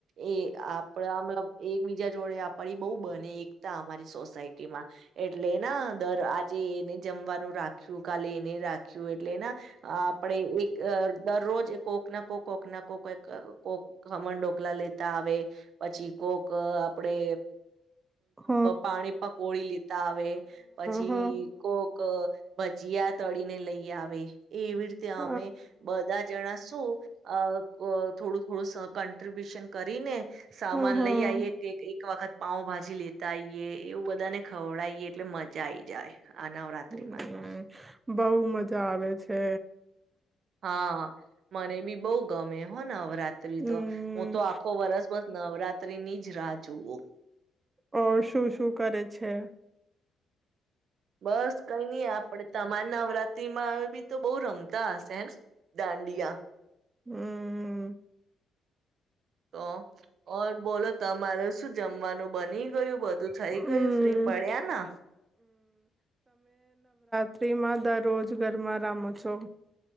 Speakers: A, on the right; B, on the right.
A: એ આપણા મતલબ એકબીજા જોડે આપણી બહુ બને એકતા અમારી સોસાયટીમાં એટલે ના દર જે એને જમવાનું રાખ્યું. કાલે એને રાખ્યું એટલેના ના આપડે એક દરરોજ કોક ના કોક કોક ના કોક કોઈક કોક ખમણ ઢોકલા લેતા આવે પછી... કોક આપડે
B: હ હ
A: પાણી પકોડી લેતા આવે પછી...
B: હ હ
A: કોક... ભજીયા તડીને લઈ આવે. એવી રીતે
B: હ
A: અમે બધા જણા શું... અ પ થોડું-થોડું સ કોન્ટ્રીબ્યુશન કરીને. સામાન
B: હમ હમ.
A: લઈ આઈયે એક-એક વખત. પાવભાજી લેતા આઈએ એવું બધાને ખવડાઈએ એટલે મજા આઈ જાય. આ નવરાત્રીમાં
B: હમ
A: તો...
B: બહુ મજા આવે છે.
A: હા મને બી બહુ ગમે હો. નવરાત્રી
B: હમ
A: તો, હું તો આખો વરસ બસ નવરાત્રીની જ... જ રાહ જોવો.
B: ઓર શું-શું કરે છે.
A: બસ કઈ નઈ આપડે તમારે નવરાત્રીમાં બી તો બહુ રમતા હશે હેને દાંડિયા.
B: હમ...
A: તો, ઓર... બોલો તમારે શું જમ... જમવાનું બની ગયું. બધું થઈ
B: હમ.
A: ગયું. ફ્રી પડ્યા ના.
B: ફ્રી માં દરરોજ ઘરમાં રમો છો.